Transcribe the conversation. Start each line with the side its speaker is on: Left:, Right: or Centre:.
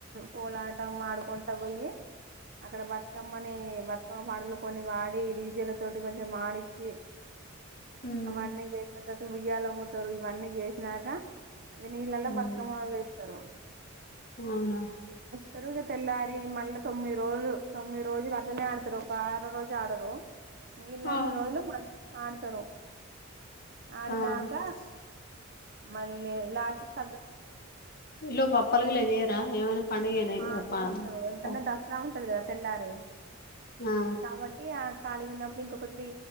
Right: కోలాటం ఆడుకుంట పోయి అక్కడ బతుకమ్మని బతుకమ్మ పాటలు కొన్ని వాడి డీజేల తోటి కొంచెం మాడి పంచి
Left: ఉమ్
Right: అవి అన్ని చేసిన ఉయ్యాలొంగుతారు ఇవన్నీ చేసినాక ఇక నీళ్ళెలా
Left: ఉమ్
Right: బతుకమ్మ వేస్తారు
Left: అవునా
Right: తరువుగు తెల్లారి మళ్ళీ తొమ్మిది రోజులు తొమ్మిది రోజులు అట్నే ఆడతారు ఒక ఆరో రోజు ఆడరు మిగిలిన
Left: ఆ
Right: అన్ని రోజులు ఆడతారు ఆడినాక
Left: ఆహా
Right: మళ్ళీ లాస్ట్ స
Left: ఈలోపు అప్పలికి ఇలా చేయరా ఏమైనా పండుగేనా ఇగ
Right: ఆ
Left: ప
Right: చేస్తారు ఎందుకంటే
Left: ప
Right: దసరా ఉంటది తెల్లారే
Left: ఆ
Right: కాబట్టి ఆ ఖాళీ గున్నప్పుడు ఇంకొక త్రీ,